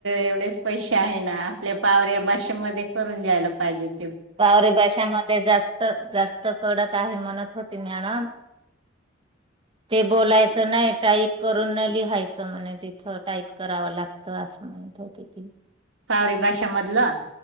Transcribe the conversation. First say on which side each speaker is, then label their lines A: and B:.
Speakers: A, on the right (about 75°); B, on the right (about 25°).
A: एवढेच पैसे आहे ना, आपल्या पावर या भाषेमध्ये करून जायला पाहिजेत.
B: पावरी भाषामध्ये जास्त जास्त कडक आहे. म्हणत होती मॅडम ते बोलायचं नाही टाईप करून लिहायचं म्हणे तिथं टाईप करावं लागत असं म्हणत तिथ
A: पावरी भाषामधलं